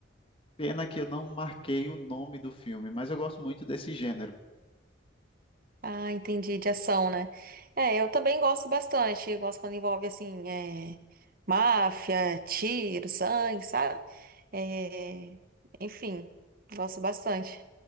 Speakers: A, on the left; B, on the right.
A: Pena que eu não marquei o nome do filme, mas eu gosto muito desse gênero.
B: Ah, entendi, de ação, né? É, eu também gosto bastante, Eu gosto quando envolve, assim, é, máfia, tiro, sangue, sabe? É, enfim, gosto bastante.